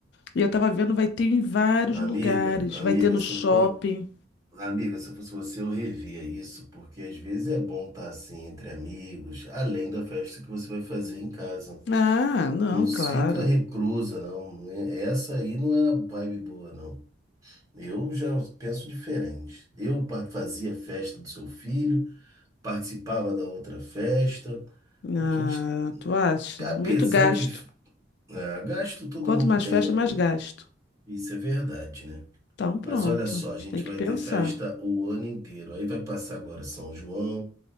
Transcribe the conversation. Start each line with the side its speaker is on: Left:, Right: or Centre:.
Left: E eu tava vendo, vai ter em vários
Right: Amiga,
Left: lugares, vai
Right: amiga,
Left: ter no
Right: se
Left: shopping.
Right: eu for, amiga, se eu fosse você, eu revia isso, porque às vezes é bom estar assim entre amigos, além da festa que você vai fazer em casa.
Left: Ah, não,
Right: Não fica
Left: claro.
Right: reclusa, não. Não é- Essa aí não é a vibe boa, não. Eu já penso diferente. Eu par- fazia a festa do seu filho, participava da outra festa.
Left: Ah,
Right: A gente,
Left: tu acha?
Right: apesar
Left: Muito gasto.
Right: que ah, gasto todo
Left: Quanto
Right: mundo
Left: mais
Right: tem,
Left: festa,
Right: eh,
Left: mais gasto.
Right: isso é verdade, né?
Left: Então pronto,
Right: Mas olha só,
Left: a
Right: a gente
Left: gente tem que
Right: vai
Left: pensar.
Right: ter festa o ano inteiro. Aí vai passar agora São João,